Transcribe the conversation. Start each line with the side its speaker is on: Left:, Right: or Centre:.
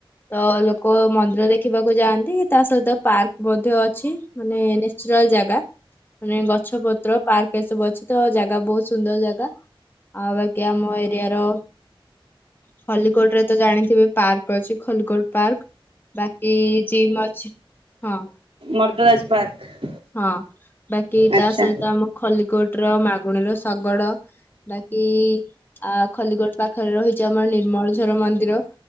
Left: ତ ଲୋକ ମନ୍ଦିର ଦେଖିବାକୁ ଯାଆନ୍ତି, ତା ସହିତ ପାର୍କ ମଧ୍ୟ ଅଛି। ମାନେ ନିଶ୍ଚିଳ ଜାଗା। ମାନେ, ଗଛ ପତ୍ର ପାର୍କ ଏସବୁ ଅଛି ତ ଜାଗା ବହୁତ ସୁନ୍ଦର ଜାଗା। ଆଉବାକି ଆମ ଏରିଆାର ଖଲିକୋଟ ରେ ତ ଜାଣିଥିବେ ପାର୍କ ଅଛି ଖଲିକୋଟ ପାର୍କ। ବାକି ଜିମ୍ ଅଛି, ହଁ।
Right: ମର୍ଦୱାଜ ପାର୍କ।
Left: ହଁ, ବାକି
Right: ଆଚ୍ଛା
Left: ତା ସହିତ ଆମ ଖଲିକୋଟ ର ମାଗୁଣୀର ଶଗଡ ବାକି ଆ ଖଲିକୋଟ ପାଖରେ ରହିଛି ଆମର ନିର୍ମଳଝର ମନ୍ଦିର।